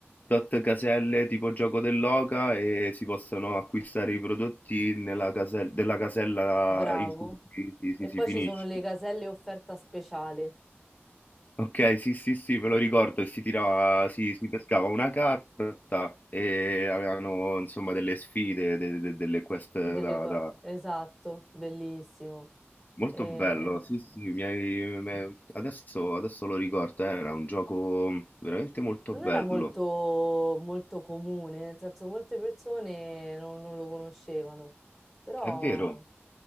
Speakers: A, on the left (about 40°); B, in the centre.
A: tot caselle tipo gioco dell'oca e si possono acquistare i prodotti nella casella, della casella
B: bravo.
A: in cui si si-
B: E
A: si
B: poi
A: finisce.
B: ci sono le caselle offerta speciale
A: Okay, sì, sì, sì, me lo ricordo e si tirava si si pescava una carta e avevano insomma delle sfide, de de delle quest
B: delle
A: da
B: co-
A: da
B: Esatto, bellissimo.
A: molto
B: Ehm,
A: bello, sì, sì, mi hai me adesso adesso lo ricordo, eh, era un gioco veramente molto
B: Non
A: bello.
B: era molto, molto comune, nel senso molte persone non, non lo conoscevano, però
A: È vero,